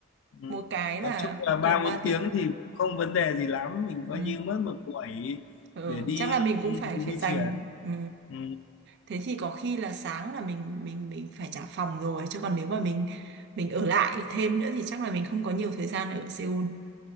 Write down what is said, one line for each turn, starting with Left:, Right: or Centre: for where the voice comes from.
Left: Ừ.
Right: một cái
Left: Nói
Right: là
Left: chung là ba
Right: gần ba
Left: bốn
Right: tiếng
Left: tiếng thì cũng không vấn đề gì lắm mình coi
Right: ừ.
Left: như mất một buổi
Right: Ừ,
Left: để đi
Right: chắc là mình cũng phải phải
Left: di
Right: dành
Left: chuyển
Right: ừ.
Left: ừ.
Right: Thế thì có khi là sáng là mình mình mình phải trả phòng rồi chứ còn nếu mà mình mình ở lại thêm nữa thì chắc là mình không có nhiều thời gian ở Seoul. <laughs>